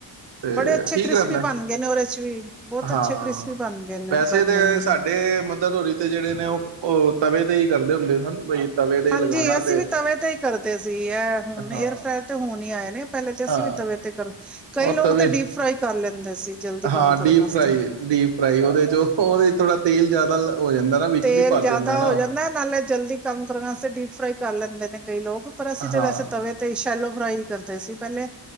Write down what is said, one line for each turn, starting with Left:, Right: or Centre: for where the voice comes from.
Right: ਤੇ
Centre: ਬੜੇ ਅੱਛੇ
Right: ਠੀਕ
Centre: ਕ੍ਰਿਸਪੀ
Right: ਰਹਿੰਦਾ
Centre: ਬਣ ਗਏ ਨੇ ਉਹਦੇ ਚ ਵੀ ਬਹੁਤ
Right: ਹਾਂ
Centre: ਅੱਛੇ ਕ੍ਰਿਸਪੀ ਬਣ ਗਏ ਨੇ
Right: ਵੈਸੇ
Centre: ਬਣ
Right: ਤਾਂ
Centre: ਜਾਂਦੇ
Right: ਸਾਡੇ
Centre: ਨੇ
Right: ਮਦਰ ਹੋਰੀ ਤੇ ਜਿਹੜੇ ਨੇ ਉਹ ਤਵੇ ਤੇ ਹੀ ਕਰਦੇ ਹੁੰਦੇ ਸਨ ਬਈ ਤਵੇ ਤੇ ਹੀ
Centre: ਹਾਂਜੀ
Right: ਲਗਾਣਾ
Centre: ਅਸੀਂ
Right: ਤੇ
Centre: ਵੀ ਤਵੇ ਤੇ ਹੀ ਕਰਦੇ ਸੀ ਇਹ ਹੁਣ
Right: ਹਾਂ
Centre: ਏਅਰ ਫਰਾਰ ਤੇ ਹੋਣ ਹੀਈ ਆਏ ਨੇ ਪਹਿਲੇਾਂ ਤੇ ਅਸੀਂ
Right: ਹਾਂ
Centre: ਵੀ ਤਵੇ ਤੇ ਕਰ ਕਈ
Right: ਉਹ
Centre: ਲੋਕ
Right: ਤਵੇ
Centre: ਤਾਂ ਡੀਪ ਫਰਾਈ ਕਰ ਲੈਂਦੇ ਸੀ ਜਲਦੀ ਕੰਮ
Right: ਹਾਂ ਡੀਪ
Centre: ਕਰਨ ਵਾਸਤੇ
Right: ਫਰਾਈ ਡੀਪ ਫਰਾਈ ਉਹਦੇ ਚ ਉਹਦੇ ਚ ਥੋੜਾ ਤੇਲ ਜ਼ਿਆਦਾ ਹੋ ਜਾਂਦਾ ਨਾ ਵਿੱਚ
Centre: ਤੇਲ
Right: ਵੀ ਭਰ
Centre: ਜਿਆਦਾ
Right: ਜਾਂਦਾ ਨਾ
Centre: ਹੋ ਜਾਂਦਾ ਨਾਲੇ ਜਲਦੀ ਕੰਮ ਕਰਨ ਵਾਸਤੇ ਡੀਪ ਫਰਾਈ ਕਰ ਲੈਂਦੇ ਨੇ ਕਈ ਲੋਕ ਪਰ ਅਸੀਂ ਤੇ
Right: ਹਾਂ
Centre: ਵੈਸੇ ਤਵੇ ਤੇ ਸ਼ੈਲੋ ਫਰਾਈ, ਕਰਦੇ ਸੀ ਪਹਿਲੇ।